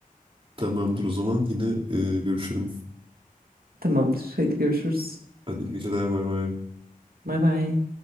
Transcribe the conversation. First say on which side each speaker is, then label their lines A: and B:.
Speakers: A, on the right; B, on the right.
A: Tamamdır o zaman yine e, görüşelim.
B: Tamamdır. Hadi görüşürüz.
A: Hadi iyi geceler bay bay.
B: Bay bay.